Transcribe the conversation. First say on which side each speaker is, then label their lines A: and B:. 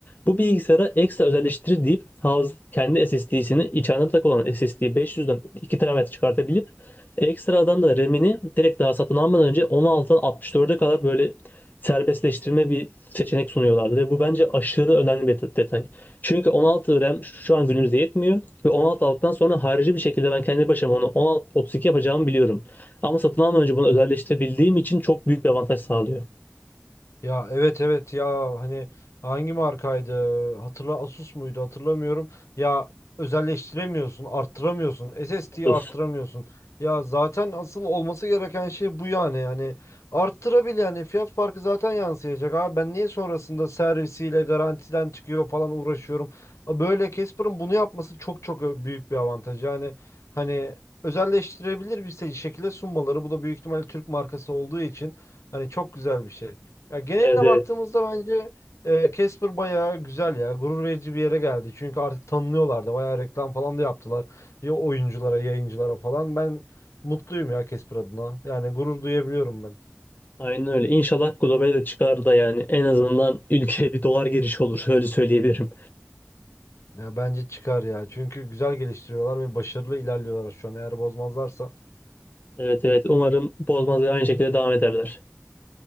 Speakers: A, on the left; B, on the left.
A: Bu bilgisayara ekstra özelleştirir deyip Havz kendi SSD'sini içeride tak olan SSD 500'den 2 TB çıkartabilip ekstradan da RAM'ini direkt daha satın almadan önce 16'dan 64'e kadar böyle serbestleştirme bir seçenek sunuyorlardı ve bu bence aşırı önemli bir detay. Çünkü 16 RAM şu an günümüzde yetmiyor ve 16 aldıktan sonra harici bir şekilde ben kendi başıma onu 16, 32 yapacağımı biliyorum. Ama satın almadan önce bunu özelleştirebildiğim için çok büyük bir avantaj sağlıyor.
B: Ya evet evet ya hani hangi markaydı? Hatırla Asus muydu? Hatırlamıyorum. Ya özelleştiremiyorsun, arttıramıyorsun. SSD'yi
A: 30.
B: arttıramıyorsun. Ya zaten asıl olması gereken şey bu yani. Yani arttırabil yani fiyat farkı zaten yansıyacak. Abi ben niye sonrasında servisiyle garantiden çıkıyor falan uğraşıyorum. Böyle Casper'ın bunu yapması çok çok büyük bir avantaj. Yani hani özelleştirebilir bir se- şekilde sunmaları bu da büyük ihtimalle Türk markası olduğu için hani çok güzel bir şey. Ya geneline
A: Evet, evet.
B: baktığımızda bence e, Casper bayağı güzel ya. Gurur verici bir yere geldi. Çünkü artık tanınıyorlar da bayağı reklam falan da yaptılar. Ya oyunculara, yayıncılara falan. Ben mutluyum ya Casper adına. Yani gurur duyabiliyorum ben.
A: Aynen öyle. İnşallah globale de çıkar da yani en azından ülkeye bir dolar girişi olur. <laughs> Öyle söyleyebilirim.
B: Ya bence çıkar ya. Çünkü güzel geliştiriyorlar ve başarılı ilerliyorlar şu an. Eğer bozmazlarsa
A: Evet evet. Umarım bozmaz ve aynı şekilde devam ederler.